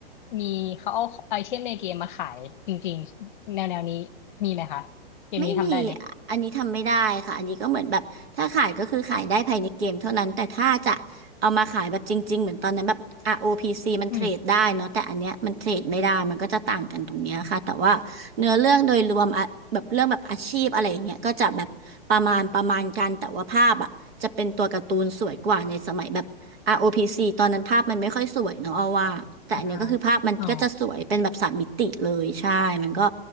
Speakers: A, on the left; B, on the right.
A: มีเขาเอาไอเทมในเกมมาขายจริงๆแนวแนวนี้มีไหมคะเกมนี้ทำได้ไหม
B: ไม่มีอะอันนี้ทำไม่ได้ค่ะอันนี้ก็เหมือนแบบถ้าขายก็คือขายได้ภายในเกมเท่านั้นแต่ถ้าจะเอามาขายแบบจริงๆเหมือนตอนนั้นแบบอาร์โอพีซีมันเทรดได้เนาะแต่อันเนี้ยมันเทรดไม่ได้มันก็จะต่างกันตรงเนี้ยค่ะแต่ว่าเนื้อเรื่องโดยรวมอะแบบเรื่องแบบอาชีพอะไรอย่างเงี้ยก็จะแบบประมาณประมาณกันแต่ว่าภาพอะจะเป็นตัวการ์ตูนสวยกว่าในสมัยแบบ
A: อืม
B: ROPC ตอนนั้นภาพมันไม่ค่อยสวยเนาะเอาว่าแต่อันเนี้ยก็คือภาพมันก็จะสวยเป็นแบบสามมิติเลยใช่
A: อ่าอ๋อ
B: มันก็